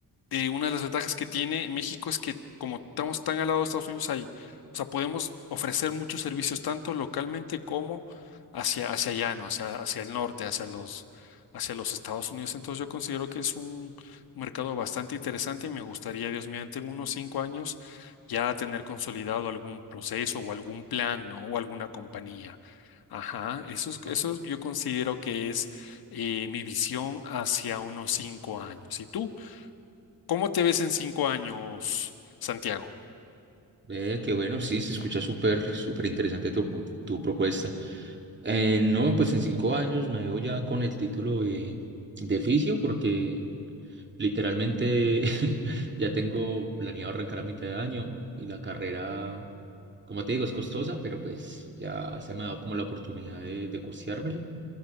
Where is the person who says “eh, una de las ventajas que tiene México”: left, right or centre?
Left